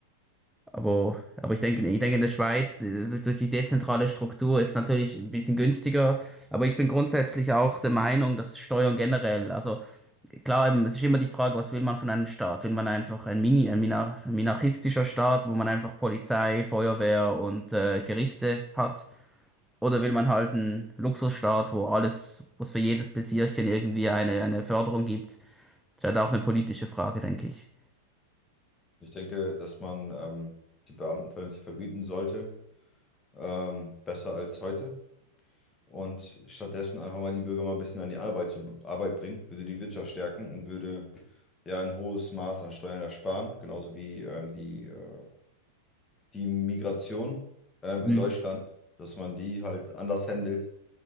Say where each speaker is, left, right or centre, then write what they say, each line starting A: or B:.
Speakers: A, in the centre; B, on the left (about 20°).
A: Aber, aber ich denke, ich denke, in der Schweiz, äh, durch, durch die dezentrale Struktur ist natürlich ein bisschen günstiger. Aber ich bin grundsätzlich auch der Meinung, dass Steuern generell, also klar, eben, es ist immer die Frage, was will man von einem Staat? Will man einfach ein Mini, ein minar- minarchistischer Staat, wo man einfach Polizei, Feuerwehr und äh, Gerichte hat? Oder will man halt einen Luxusstaat, wo alles, wo es für jedes Pläsierchen irgendwie eine, eine Förderung gibt? Das ist halt auch eine politische Frage, denke ich.
B: Ich denke, dass man ähm, die Beamten vernünftig vergüten sollte, ähm, besser als heute. Und stattdessen einfach mal die Bürger mal ein bisschen an die Arbeit zu Arbeit bringen, würde die Wirtschaft stärken und würde ja ein hohes Maß an Steuern ersparen, genauso wie ähm, die, äh, die Migration ähm,
A: Mhm.
B: in Deutschland, dass man die halt anders handelt